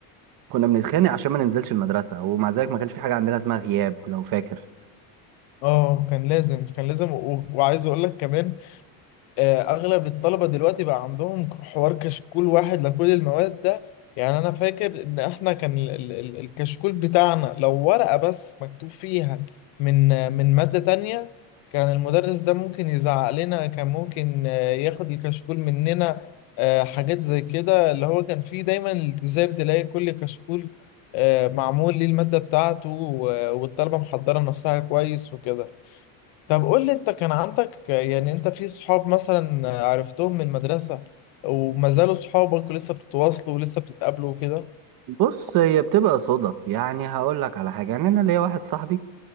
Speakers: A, on the right; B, on the left.
A: كنا بنتخانق عشان ما ننزلش المدرسة ومع ذلك ما كانش في حاجة عندنا اسمها غياب لو فاكر
B: اه كان لازم كان لازم و- وعايز اقول لك كمان آه، اغلب الطلبه دلوقتي بقى عندهم حوار كشكول واحد لكل المواد ده يعني انا فاكر ان احنا كان ال- ال- ال- الكشكول بتاعنا لو ورقه بس مكتوب فيها من آه، من ماده تانية كان المدرس ده ممكن يزعق لنا كان ممكن آه، ياخد الكشكول مننا آه، حاجات زي كده اللي هو كان فيه دايما التزام تلاقي كل كشكول آه، معمول للماده بتاعته و- والطلبه محضره نفسها كويس وكده طب قول لي انت كان عندك يعني انت في صحاب مثلا عرفتهم من المدرسة وما زالوا صحابك ولسه بتتواصلوا ولسه بتتقابلوا وكده
A: بص هي بتبقى صدف يعني هقول لك على حاجة يعني انا ليا واحد صاحبي